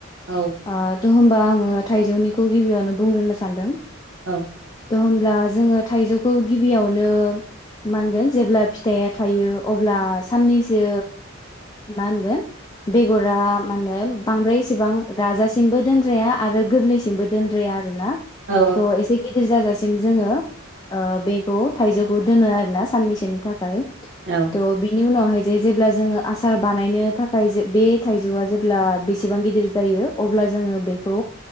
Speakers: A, on the right (about 65°); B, on the left (about 20°).
A: औ
B: आ थ' होमबा आङो थाइजौनिखौ गिबियावनो बुंग्रोनो सानदों।
A: औ।
B: थ' होमब्ला जोङो थाइजौखौ गिबियावनो मा होनगोन जेब्ला फिथाइया थायो अब्ला साननैसो मा होनगोन बेगरा मा होनो बांद्राय इसिबां राजासे सिमबो दोनद्राया आरो गोरलैसिमबो दोनद्राया आरो ना।
A: औ
B: थ' एसे गिदिर जा जासे सिम जोङो ओ बेखौ थाइजौखौ दोनो आरोना साननैसोनि थाखाय।
A: औ
B: थ' बिनि नि उनावहाय जे जेब्ला जोङो आसार बानायनो थाखाय बे थाइजौआ जेब्ला अब्ला बेसेबां गिदिर जायो अब्ला जोङो बेखौ